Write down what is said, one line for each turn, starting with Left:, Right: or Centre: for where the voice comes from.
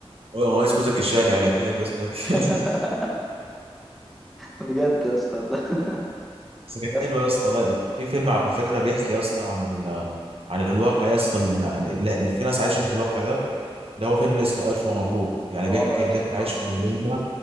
Right: هو هو اسمه زكي شان يعني كده يبقى اسمه زكي
Centre: <laughs>
Right: <laughs>
Centre: بجد يا اسطى لا. <laughs>
Right: بس كان
Centre: يا اسطى
Right: حلو يا اسطى والله في فيلم على فكره بيحكي يا اسطى عن ال عن الواقع يا اسطى إن- يعني اللي إن في ناس عايشه في الواقع ده اللي هو فيلم اسمه الف مبروك يعني بيحكي
Centre: اه يا
Right: ان
Centre: اسطى
Right: انت عايش في دوامه